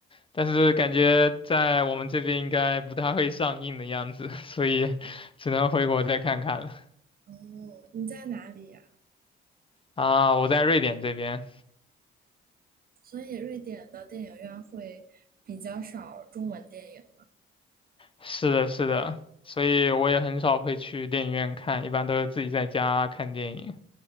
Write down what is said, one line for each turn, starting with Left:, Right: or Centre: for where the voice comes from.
Left: 但是感觉在我们这边应该不太会上映的样子，所以 <laughs> 只能回国再看看了。
Right: 哦，你在哪里呀？
Left: 啊，我在瑞典这边，
Right: 所以瑞典的电影院会比较少中文电影。
Left: 是的，是的，所以我也很少会去电影院看，一般都是自己在家看电影。